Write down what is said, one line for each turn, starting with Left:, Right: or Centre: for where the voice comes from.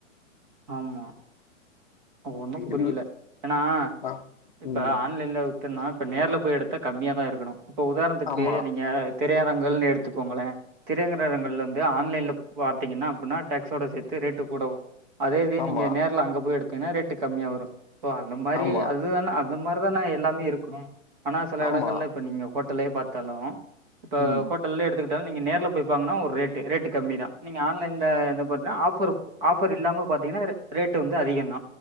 Right: ஆமா ஒன்னு புரியல
Left: எல்
Right: ஏனா
Left: ஆ
Right: இப்போ
Left: ம்
Right: ஆன்லைன்ல எத்தனா இப்ப நேர்ல போய் எடுத்தா கம்மியா தா இருக்கணு இப்போ உதாரணத்துக்கு
Left: ஆமா
Right: நீங்க திரையரங்கள்னு எடுத்துக்கோங்களே திரையங்கரங்கள்ள வந்து ஆன்லைன்ல பாத்தீங்கன்னா அப்டினா டேக்ஸ்சோட சேத்து ரேட்டு கூட வரு அதே இதே
Left: ஆமா
Right: நீங்க நேர்ல அங்க போய் எடுத்தீங்கனா ரேட்டு கம்மியா வரு இப்போ அந்த மாரி
Left: ஆமா
Right: அதுதானே அந்த மா தான எல்லாமே இருக்கு ஆனா சில
Left: ஆமா
Right: எடங்கள்ல இப்ப நீங்க ஹோட்டலே பாத்தாலு இப்ப
Left: ம்
Right: ஹோட் டலே எடுத்துக்கிட்டாலு நீங்க நேர்ல போய் பாங்கனா ஒரு ரேட்டு ரேட்டு கம்மி தா நீங்க ஆன்லைன்ல இது பண்ணா ஆஃபர் போ ஆஃபர் இல்லாம பா்த்தீங்கனா ரே ரேட்டு வந்து அதிகோ தா